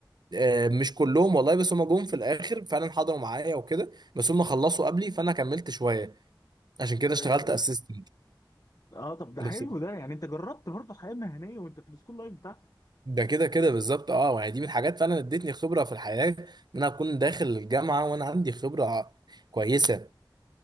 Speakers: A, on the right (about 60°); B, on the left (about 45°).
A: آه، مش كلهم والله بس هم جم في الاخر فعلا حضروا معايا وكده بس هم خلصوا قبلي فانا كملت شويه عشان كده اشتغلت
B: ايوه
A: اسيستنت
B: اه طب ده حلو
A: بس
B: ده يعني انت جربت برضه حياه مهنيه وانت في السكول لايف بتاعتك
A: ده كده كده بالظبط اه يعني دي من الحاجات فعلا ادتني خبره في الحياه ان انا اكون داخل الجامعه وانا عندي خبره كويسه